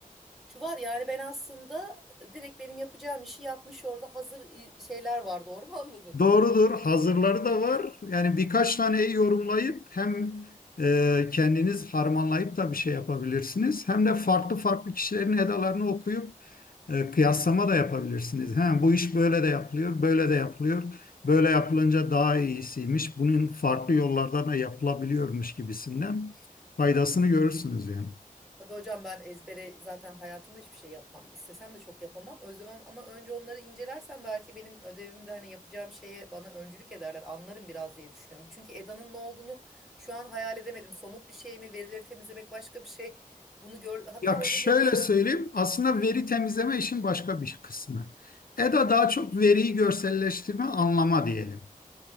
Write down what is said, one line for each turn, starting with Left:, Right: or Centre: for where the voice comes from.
Centre: Şu var yani ben aslında e, direkt benim yapacağım işi yapmış orada hazır i- şeyler var doğru mu anladım?
Left: Doğrudur. Hazırları da var. Yani birkaç taneyi yorumlayıp hem e, kendiniz harmanlayıp da bir şey yapabilirsiniz. Hem de farklı farklı kişilerin edalarını okuyup e, kıyaslama da yapabilirsiniz. He, bu iş böyle de yapılıyor, böyle de yapılıyor. Böyle yapılınca daha iyisiymiş. Bunun farklı yollardan da yapılabiliyormuş gibisinden faydasını görürsünüz yani.
Centre: Tabii hocam ben ezbere zaten hayatımda hiçbir şey yapmam. İstesem de çok yapamam. O zaman ama önce onları incelersen belki benim ödevimde hani yapacağım şeye bana öncülük ederler. Anlarım biraz diye düşünüyorum. Çünkü EDA'nın ne olduğunu şu an hayal edemedim. Somut bir şey mi? Verileri temizlemek başka bir şey. Bunu gör. Hatta
Left: Ya
Centre: hoca
Left: şöyle
Centre: bir ara şey
Left: söyleyeyim.
Centre: dedi.
Left: Aslında veri temizleme işin başka bir kısmı. EDA daha çok veriyi görselleştirme, anlama diyelim.